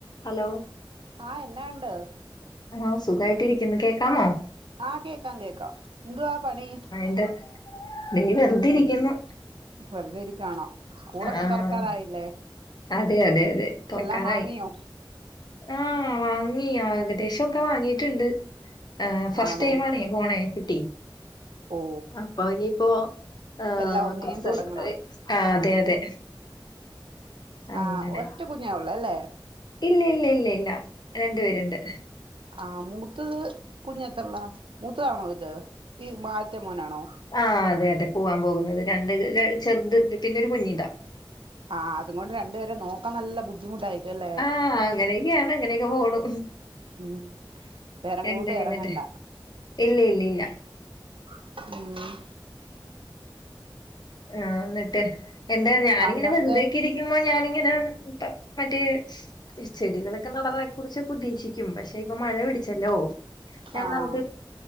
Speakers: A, on the left (about 55°); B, on the right (about 80°).
A: Hello!
B: ആഹ്, എന്നാ ഉണ്ട്?
A: ആഹ്, സുഖായിട്ട് ഇരിക്കുന്നു കേക്കാമോ?
B: ആഹ്, കേക്കാം കേക്കാം. എന്തുവാ പണി?
A: <unintelligible> വെറുതെ ഇരിക്കുന്നു
B: വെറുതെ ഇരിക്കാണോ? സ്കൂളൊക്കെ
A: ആഹ്,
B: തുറക്കാറായില്ലേ
A: അതെ അതെ അതെ തൊറക്കാറായി.
B: എല്ലാം വാങ്ങിയോ
A: ആഹ് വാങ്ങി, ഏകദേശോക്കെ വാങ്ങിട്ടുണ്ട്. ആഹ്, ഫസ്റ്റ്ടൈം
B: ആണോ
A: ആണേ പോണേ, കുട്ടി
B: ഓ
A: അപ്പൊ ഇനിപ്പോ ഏഹ്
B: എല്ലാം ഒന്നേം
A: കൊർച്സം
B: തുടങ്ങണം
A: <unintelligible> ആഹ് അതെ അതെ അങ്ങനെ
B: ആഹ്, ഒറ്റകുഞ്ഞാ ഉള്ളേ. അല്ലേ
A: ഇല്ല ഇല്ല ഇല്ല ഇല്ല രണ്ട് പേരുണ്ട്.
B: ആഹ്, മൂത്തത് കുഞ്ഞ് എതൃള്ളാ? മൂത്തതാണോ ഇത് ഈ മാഴത്തെ മോനാണോ?
A: ആഹ്, അതെ അതെ പൂവാൻ പോകുന്നത് രണ്ട് ചെർ ര ചെർത് പി പിന്നൊ ഒരു കുഞ്ഞിതാ
B: ആഹ് അതും കൊണ്ട് രണ്ടുപേരെ നോക്കാൻ നല്ല ബുദ്ധിമുട്ടായിരിക്കും അല്ലേ
A: ആഹ്, അങ്ങനൊക്കെയാണ് അങ്ങനൊയെക്കെ പോണു.
B: ഉം വേറെങ്ങോട്ടും
A: എന്തായി
B: ഇറങ്ങണ്ട
A: ന്നിട്ട്, ഇല്ല ഇല്ല ഇല്ല
B: <inaudible> ഉം
A: ആഹ് ന്നിട്ട് എന്താ ഞാനിങ്ങനെ
B: അങ്ങനത്തെ
A: വെറ്തേക്കിരി യ്യുമ്പോ ഞാനിങ്ങനെ ഇപ്പ മറ്റേ സ്- ത്തിരി ചെടികളൊക്കെ നടനെ കുറിച്ചൊക്കെ ഉദ്ദേശിക്ക്യും. പക്ഷെ ഇപ്പൊ മഴ പിടിച്ചല്ലോ. ഞാൻ
B: ആഹ്
A: നമുക്ക്